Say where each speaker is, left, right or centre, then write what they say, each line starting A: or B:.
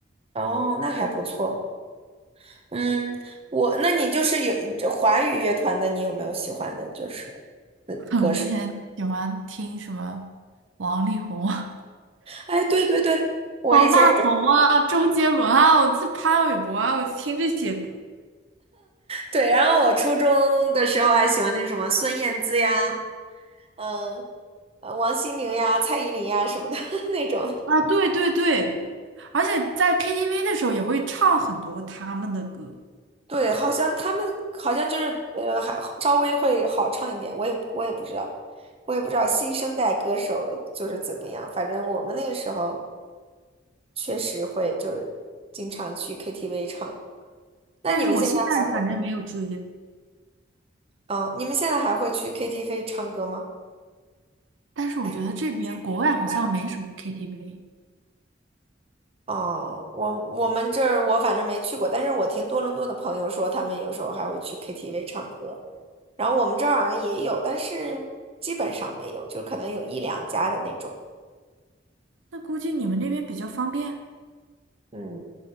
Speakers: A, on the right; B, on the right.
A: 哦，那还不错。嗯，我那你就是有这华语乐团的，你有没有喜欢的？就是嗯歌手。
B: <laughs> 我之前喜欢听什么王力宏啊、
A: 哎，对对对，
B: <laughs>
A: 我以前也。
B: 方大同啊、周杰伦啊，我自潘玮柏啊，我就听这些歌
A: 对，然后我初中的时候还喜欢那个什么孙燕姿呀，嗯，呃，王心凌呀、蔡依林呀什么的 <laughs> 那种的
B: 啊。对对对，而且在 KTV 的时候也会唱很多他们的歌，
A: 对，好像他们好像就是呃，还稍微会好唱一点。我也我也不知道，我也不知道新生代歌手就是怎么样。反正我们那个时候确实会就是经常去 KTV 唱。那你们现在还会？
B: 但是我现在反正没有追。
A: 嗯，你们现在还会去 KTV 唱歌吗？
B: 但是我觉得这边国外好像没什么
A: 但是我觉得这边国外好像。
B: KTV，
A: 哦，我我们这儿我反正没去过，但是我听多伦多的朋友说，他们有时候还会去 KTV 唱歌，然后我们这儿好像也有，但是基本上没有，就可能有一两家的那种，
B: 那估计你们那边比较方便。
A: 嗯，